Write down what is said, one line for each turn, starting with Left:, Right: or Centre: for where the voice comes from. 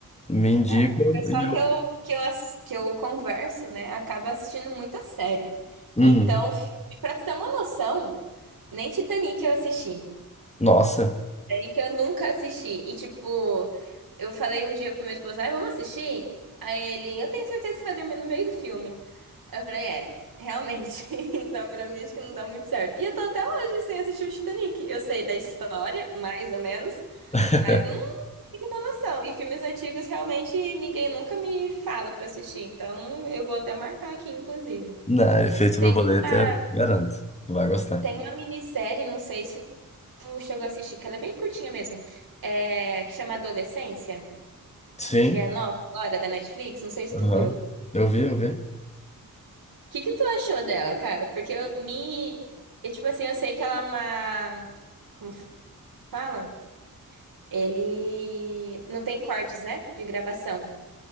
Left: me indicam
Right: É, o pessoal
Left: e
Right: que
Left: eu...
Right: eu, que eu, ass- que eu converso, né, acaba assistindo muita série.
Left: Uhum.
Right: Então, fi- pra tu ter uma noção, nem Titanic eu assisti.
Left: Nossa.
Right: série que eu nunca assisti. E, tipo, eu falei um dia pro meu esposo, ai, vamos assistir? Aí ele, eu tenho certeza que vai dormir no meio do filme. Eu falei, é, realmente. <laughs> Então, pra mim, acho que não dá muito certo. E eu tô até hoje sem assistir o Titanic. Eu sei da história, mais ou menos,
Left: <laughs>
Right: mas não tenho uma noção. E filmes antigos, realmente, ninguém nunca me fala pra assistir. Então, eu vou até marcar aqui, inclusive.
Left: Não, Efeito
Right: Tem
Left: Borboleta,
Right: uma,
Left: garanto, tu vai gostar.
Right: tem uma minissérie, não sei se tu chegou a assistir, que ela é bem curtinha mesmo, é, que chama Adolescência,
Left: Sim.
Right: que é nova agora da Netflix, não sei se
Left: Aham.
Right: tu viu. O
Left: Eu vi, eu vi.
Right: que que tu achou dela, cara? Porque eu me, eu, tipo assim, eu sei que ela é uma, como fala? Ele não tem cortes, né, de gravação.